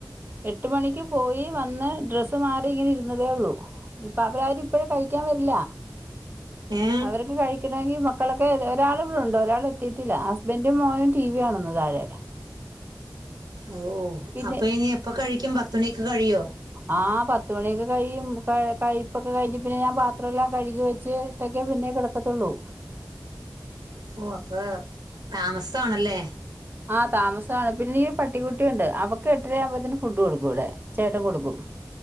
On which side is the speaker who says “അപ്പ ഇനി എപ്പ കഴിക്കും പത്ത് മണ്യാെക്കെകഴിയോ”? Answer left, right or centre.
Right